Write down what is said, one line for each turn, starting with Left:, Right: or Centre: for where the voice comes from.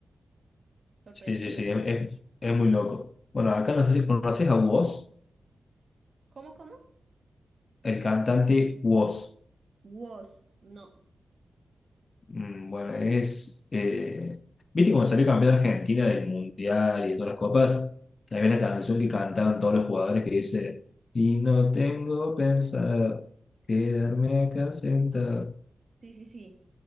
Right: sorprendido.
Left: Sí, sí, sí, es, es- es muy loco. Bueno, acá no sé si conoces a vos.
Right: ¿Cómo, cómo?
Left: El cantante Woz.
Right: Was, no.
Left: Mm, Bueno, es. eh, ¿viste cuando salió campeón Argentina del Mundial y de todas las copas? Había una canción que cantaban todos los jugadores que dice: Y no tengo pensado quedarme acá sentado.
Right: Sí, sí, sí.